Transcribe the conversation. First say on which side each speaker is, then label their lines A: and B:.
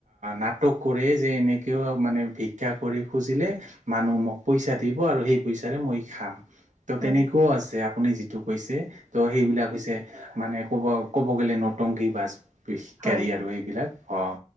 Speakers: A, on the right; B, on the right.
A: নাটক কৰে যে এনেকৈও মানে ভিক্ষা কৰি খুজিলে মানুহ মোক পইচা দিব। আৰু সেই পইচাৰে মই খাম ত'
B: হয়
A: তেনেকুৱাও আছে আপুনি যিটো কৈছে ত' সেইবিলাক হৈছে মানে ক'ব ক'ব গ'লে নটংগী বাছ ভিক্ষাৰী
B: হয় হয়
A: আৰু এইবিলাক। অ'